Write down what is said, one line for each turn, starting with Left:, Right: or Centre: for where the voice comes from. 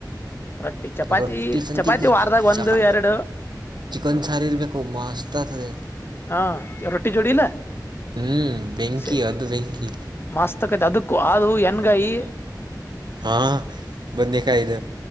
Left: ರೊಟ್ಟಿ ಚಪಾತಿ
Right: ರೊಟ್ಟಿ ಸಂತಿಗೆ
Left: ಚಪಾತಿ ವಾರದಾಗ ಒಂದು
Right: ಸಕ
Left: ಎರಡು
Right: ಚಿಕನ್ ಸಾರಿ ಇರ್ಬೇಕು ಮಸ್ತ್ ಆತದೆ
Left: ಹಾ ರೊಟಿ ಜೋಡಲ್ಲಾ
Right: ಹ್ಞೂ ಬೆಂಕಿ
Left: ಸ
Right: ಅದು ಬೆಂಕಿ
Left: ಮಾಸ್ತಕ್ಕ ಅದುಕ್ಕೂ ಅದು ಎನ್ಕಾಯಿ
Right: ಹಾ ಬಂದು ದಖಾಯ ದ